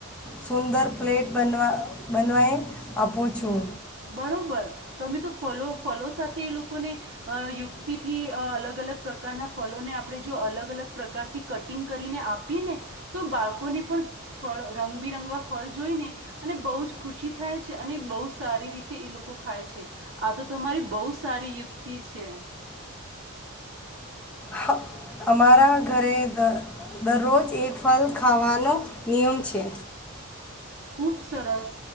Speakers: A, in the centre; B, on the right (about 60°).
A: સુંદર પ્લેટ બનવા બનવાય આપું છું,
B: બરોબર તમે તો ફલો ફલો સાથે એ લોકોને અ યુક્તિથી અલગ અલગ પ્રકારના ફલોને આપણે જો અલગ અલગ પ્રકારથી કટિંગ કરીને આપીએ, ને તો બાળકોને પણ ફ રંગબિરંગા ફળ જોઈને અને બહુ જ ખુશી થાય છે, અને બહુ સારી રીતે એ લોકો ખાય છે, આ તો તમારી બહુ સારી યુક્તિ છે,
A: હ- અમારા ઘરે દરરોજ એક ફલ ખાવાનો નિયમ છે.
B: ખુબ સરસ